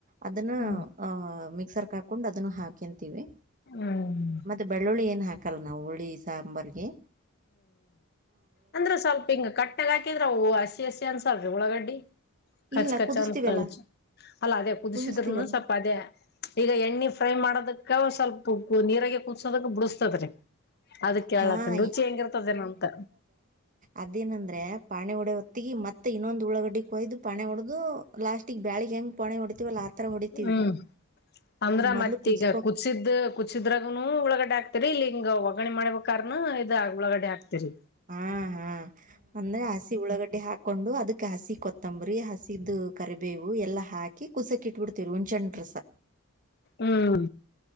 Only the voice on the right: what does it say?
ಅದನ್ನ.
ಅ ಮಿಕ್ಸರ್ ಕ ಹಾಕೊಂಡು ಅದನ್ನು ಹಾಕಂತೀವಿ.
ಮತ್ತ ಬೆಳ್ಳುಳ್ಳಿ ಏನ್ ಹಾಕಲ್ಲ ನಾವ ಹುರಳಿ ಸಾಂಬರ್ ಗೆ.
ಇಲ್ಲ
ಕುದಿಸ್ತೀವಲ್ಲಾ
ಕುದಿಸ್ತೀವಲ್ಲ
ಹಾಂ
ಅದೇನಂದ್ರೆ ಪಾಣಿ ಹೊಡೆ ಹೊತ್ತಿಗೆ ಮತ್ತೆ ಇನ್ನೊಂದು ಉಳ್ಳಾಗಡ್ಡೆ ಕೊಯ್ದು ಪಾಣೆ ಹೊಡೆದು ಲಾಸ್ಟಿಗ. ಬ್ಯಾಳಿಗ್ ಹೆಂಗೆ ಪಾಣಿ ಹೊಡಿತೀವಲ್ಲ ಆ ಥರ ಹೊಡಿತೀವಿ.
ಮೊದಲು
ಕುದ್ಸ್ಕೊ
ಹಾ ಹಾ ಅಂದ್ರೆ ಹಸಿ ಉಳ್ಳಾಗಡ್ಡಿ ಹಾಕೊಂಡು ಅದಕ್. ಹಸಿ ಕೊತ್ತಂಬ್ರಿ ಹಸಿದ ಕರಿಬೇವು ಎಲ್ಲ ಹಾಕಿ ಕುಸಕ್ ಇಟ್ಟಟ್ಬಿಡ್ತೇವ ಹುಣಚೆ ಹಣ್ಣ ರಸ. <inaudible>